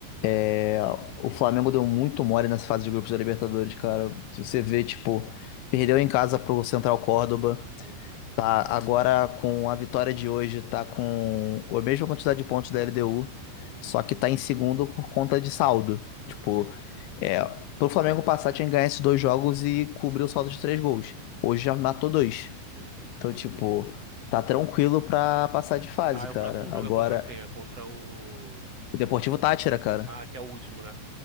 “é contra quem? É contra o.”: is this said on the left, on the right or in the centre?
Right